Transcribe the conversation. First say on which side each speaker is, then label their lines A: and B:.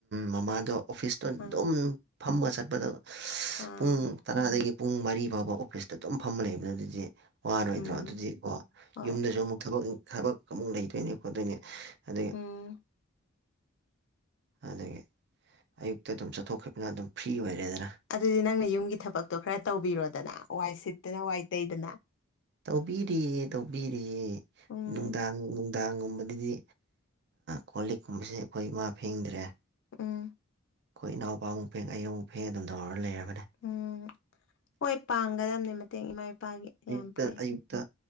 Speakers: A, on the right; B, on the left.
A: ꯃꯃꯥꯗꯣ ꯑꯣꯐꯤꯁꯇꯣ ꯑꯗꯨꯝ
B: ꯑꯥ
A: ꯐꯝꯃ ꯆꯠꯄꯗꯣ
B: ꯑꯥ
A: ꯄꯨꯡ ꯇꯔꯥꯗꯒꯤ ꯄꯨꯡ ꯃꯔꯤ ꯐꯥꯎꯕ ꯑꯣꯐꯤꯁꯇ ꯑꯗꯨꯝ ꯐꯝꯃ ꯂꯩꯕꯗꯣ ꯑꯗꯨꯗꯤ ꯋꯥꯔꯣꯏꯗ꯭ꯔꯣ
B: ꯎꯝ
A: ꯑꯗꯨꯗꯤ ꯀꯣ
B: ꯍꯣꯏ
A: ꯌꯨꯝꯗꯁꯨ ꯑꯃꯨꯛ ꯊꯕꯛ ꯊꯕꯛ ꯑꯃꯨꯛ ꯂꯩꯗꯣꯏꯅꯦ ꯈꯣꯠꯇꯣꯏꯅꯦ ꯑꯗꯨꯒꯤ
B: ꯎꯝ
A: ꯑꯗꯨꯒꯤ ꯑꯌꯨꯛꯇ ꯑꯗꯨꯝ ꯆꯠꯊꯣꯛꯈꯤꯕꯅ ꯑꯗꯨꯝ ꯐ꯭ꯔꯤ ꯑꯣꯏꯔꯦꯗꯅ
B: ꯑꯗꯨꯗꯤ ꯅꯪꯅ ꯌꯨꯝꯒꯤ ꯊꯕꯛꯇꯣ ꯈꯔ ꯇꯧꯕꯤꯔꯣꯗꯅ ꯋꯥꯏ ꯁꯤꯠꯇꯅ ꯋꯥꯏ ꯇꯩꯗꯅ
A: ꯇꯧꯕꯤꯔꯤꯌꯦ ꯇꯧꯕꯤꯔꯤꯌꯦ
B: ꯎꯝ
A: ꯅꯨꯡꯗꯥꯡ ꯅꯨꯡꯗꯥꯡꯒꯨꯝꯕꯗꯗꯤ ꯀꯣꯜ ꯂꯤꯛꯀꯨꯝꯕꯁꯦ ꯑꯩꯈꯣꯏ ꯏꯃꯥ ꯐꯦꯡꯗ꯭ꯔꯦ
B: ꯎꯝ
A: ꯑꯩꯈꯣꯏ ꯏꯅꯥꯎꯄꯥꯃꯨꯛ ꯐꯦꯡ ꯑꯩ ꯑꯃꯨꯛ ꯐꯦꯡ ꯑꯗꯨꯝ ꯇꯧꯔꯒ ꯂꯩꯔꯕꯅꯦ
B: ꯎꯝ ꯍꯣꯏ ꯄꯥꯡꯒꯗꯕꯅꯦ ꯃꯇꯦꯡ ꯏꯃꯥ ꯏꯄꯥꯒꯤ ꯌꯥꯝ
A: ꯑꯌꯨꯛꯇ
B: ꯐꯩ
A: ꯑꯌꯨꯛꯇ